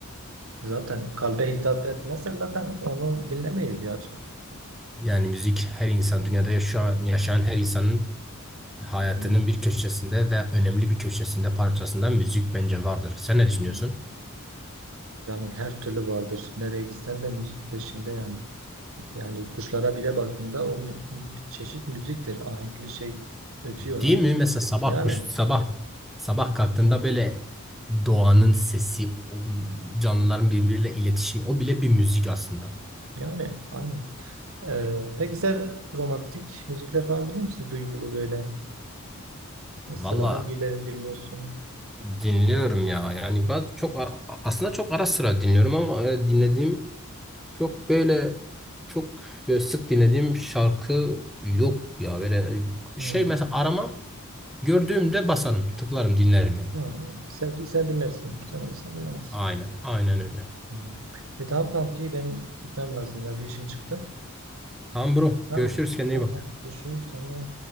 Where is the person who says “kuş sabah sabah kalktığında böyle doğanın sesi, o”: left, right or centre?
Centre